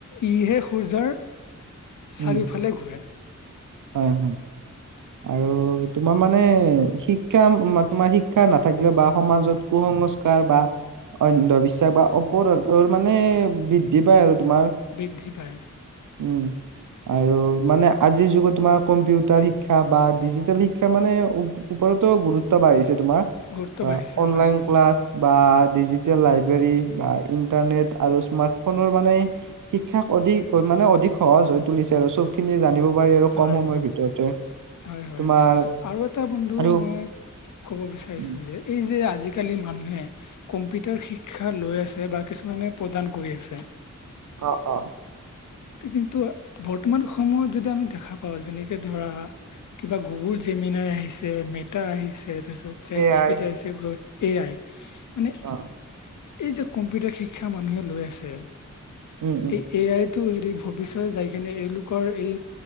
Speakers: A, on the left; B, on the right.
A: ইহে সূৰ্যৰ চাৰিওফালে
B: উম
A: ঘূৰে।
B: হয় হয় আৰু
A: উ।
B: তোমাৰ মানে শিক্ষা তোমাৰ শিক্ষা নাথাকিলেও বা সমাজত কুসংস্কাৰ বা অন্ধবিশ্বাস বা অপৰাধৰ মানে বৃদ্ধি পায় আৰু তোমাৰ
A: বৃদ্ধি পায়
B: উম আৰু মানে আজিৰ যুগত তোমাৰ কম্পিউটাৰ শিক্ষ শিক্ষা বা ডিজিটেল শিক্ষাৰ মানে ওপৰতো গুৰুত্ব বাঢ়িছে তোমাৰ
A: গুৰুত্ব বাঢ়িছে
B: অনলাইন
A: হয়
B: ক্লাছ বা ডিজিটেল লাইব্ৰেৰী বা ইন্টাৰনেট আৰু স্মাৰ্ট ফোনৰ মানে শিক্ষা। অধিক মানে অধিক সহজ হৈ তুলিছে আৰু চব খিনি জানিব পাৰি আৰু
A: হয়
B: কম সময়ৰ ভিতৰতে
A: হয় হয়,
B: তোমাৰ
A: আৰু এটা বন্ধু
B: আৰু
A: মই কব বিচাৰিছো
B: উম,
A: যে এই যে আজিকালি মানুহে কম্পিউটাৰ শিক্ষা লৈ আছে বা কিছুমানে প্ৰদান কৰি আছে।
B: অ অ।
A: কিন্তু বৰ্তমান সময়ত যদি আমি দেখা পাওঁ, যেনেকে ধৰা কিবা গুগল যে মিনাই আহিছে, মো আহিছে, তাৰপিছ চ
B: এয়াই
A: জি পি আহছে এই এ আই, মানে
B: অ
A: এই যে কম্পিউটাৰ শিক শিক্ষা মানুহে লৈ আছে।
B: উম উম
A: এই এ আই ত যদি ভৱিষ্যত যাই কিনে এওঁলোকৰ এই